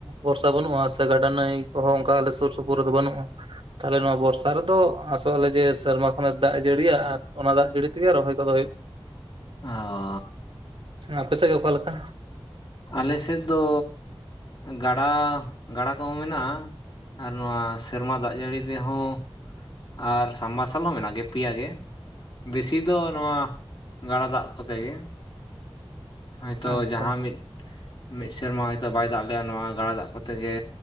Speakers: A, on the right (about 65°); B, on the left (about 55°).
A: ᱵᱚᱨᱥᱟ ᱵᱟᱹᱱᱩᱜᱼᱟ ᱥᱮ ᱜᱟᱰᱟ ᱱᱟᱹᱭ ᱠᱚᱦᱚᱸ ᱚᱱᱠᱟ ᱟᱞᱮ ᱥᱩᱨ ᱥᱩᱯᱩᱨ ᱨᱮᱫᱚ ᱵᱟᱹᱱᱩᱜᱼᱟ᱾ ᱛᱟᱦᱚᱞᱮ ᱱᱚᱶᱟ ᱵᱚᱨᱥᱟ ᱨᱮᱫᱚ ᱟᱥᱚᱜᱼᱟᱞᱮ ᱡᱮ ᱥᱮᱨᱢᱟ ᱠᱷᱚᱱᱟᱜ ᱫᱟᱜ ᱮ ᱡᱟᱹᱲᱤᱭᱟ ᱟᱨ ᱚᱱᱟ ᱫᱟᱜ ᱡᱟᱹᱲᱤ ᱛᱮᱜᱮ ᱨᱚᱦᱚᱭ ᱠᱚᱫᱚ ᱦᱩᱭᱩᱜᱼᱟ,
B: ᱟᱸ
A: ᱟᱯᱮ ᱥᱮᱫ ᱜᱮ ᱚᱠᱟ ᱞᱮᱠᱟ?
B: ᱟᱞᱮ ᱥᱮᱫ ᱫᱚ ᱜᱟᱰᱟ ᱜᱟᱰᱟ ᱠᱚᱦᱚᱸ ᱢᱮᱱᱟᱜᱼᱟ᱾ ᱟᱨ ᱱᱚᱣᱟ ᱥᱮᱨᱢᱟ ᱫᱟᱜ ᱡᱟᱹᱲᱤ ᱛᱮᱦᱚᱸ ᱟᱨ ᱥᱟᱵ ᱢᱟᱨᱥᱟᱞ ᱦᱚᱸ ᱢᱮᱱᱟᱜ ᱜᱮᱭᱟ ᱯᱤᱭᱟ ᱜᱮ, ᱵᱮᱥᱤ ᱫᱚ ᱱᱚᱣᱟ ᱜᱟᱰᱟ ᱫᱟᱜ ᱠᱚᱛᱮ ᱜᱮ, ᱦᱳᱭ ᱛᱚ
A: ᱟᱪᱪᱷᱟ
B: ᱡᱟᱦᱟᱸ ᱢᱤᱫ ᱢᱤᱫ ᱥᱮᱨᱢᱟ ᱦᱚᱭ ᱛᱳ ᱵᱟᱭ ᱫᱟᱜ ᱞᱮᱜᱟ ᱱᱚᱣᱟ ᱜᱟᱰᱟ ᱫᱟᱜ ᱠᱚᱛᱮ ᱜᱮ